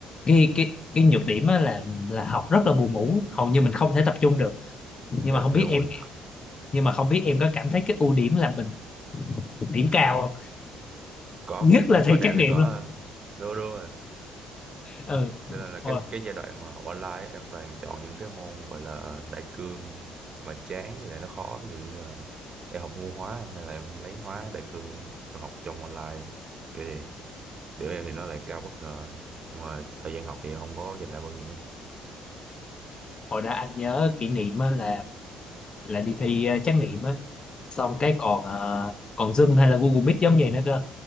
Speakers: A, on the left (about 40°); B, on the right (about 40°).
A: cái cái cái nhược điểm á là là học rất là buồn ngủ hầu như mình không thể tập trung được nhưng
B: Dạ,
A: mà không biết
B: dạ đúng
A: em
B: rồi.
A: nhưng mà không biết em có cảm thấy cái ưu điểm là mình điểm cao không
B: Có
A: nhất là
B: bên
A: thi
B: em
A: trắc nghiệm
B: thì có
A: luôn
B: ờ, đúng đúng rồi.
A: ừ
B: Cho nên là cái
A: hồi,
B: cái giai đoạn mà học online ấy, em toàn chọn những cái môn gọi là đại cương mà chán với lại nó khó ví dụ như là em học ngu hóa nên là em lấy hóa đại cương rồi học trong online kiểu vậy. Điểm em thì nó lại cao bất ngờ nhưng mà thời gian học thì em không có dành ra bao nhiêu.
A: hồi đó anh nhớ kỷ niệm á là là đi thi ờ, trắc nghiệm á xong cái còn ờ, còn Zoom hay là Google Meet giống vậy nữa cơ